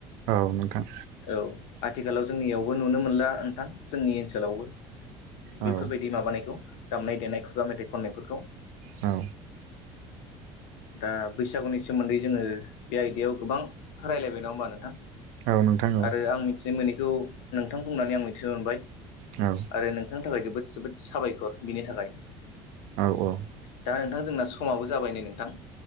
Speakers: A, on the right; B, on the left.
A: औ नोंथां।
B: औ आथिखालाव जोंनियावबो नुनो मोनला नोंथां जोंनि ओनसोलावबो। बेफोरबायदि
A: औ नोंथां औ
B: माबानायखौ दामनाय देनाय खुगा मेथाइ खननायफोरखौ
A: औ
B: दा बैसागुनि सोमोन्दै जोङो बे आयदायाव गोबां रायज्लायबाय नङा होमबा नोंथां।
A: औ नोंथां औ।
B: आरो आं मिथिनो मोनैखौ नोंथां बुंनानै आं मिथिनो मोनबाय।
A: औ
B: आरो नोंथांनि थाखाय जोबोद जोबोद साबायखर बिनि थाखाय।
A: औ औ
B: दा नोंथां जोंना समाबो जाबाय नै नोंथां।